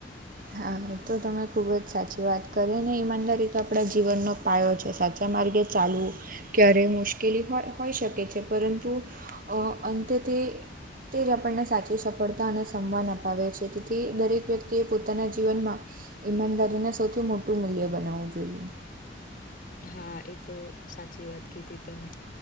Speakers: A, on the right (about 50°); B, on the left (about 50°).
A: હા તો તમે ખૂબ જ સાચી વાત કરે ને ઈમાનદારી તો આપણા જીવનનો પાયો છે સાચા માર્ગે ચાલવું. ક્યારે મુશ્કેલી હોય હોઈ શકે છે પરંતુ અ અંતે તે તે જ આપણને સાચી સફળતા અને સમ્માન અપાવે છે તેથી દરેક વ્યક્તિએ પોતાના જીવનમાં ઈમાનદારીને સૌથી મોટું મૂલ્ય બનાવવું જોઈએ.
B: હા એ તો સાચી વાત કીધી તમે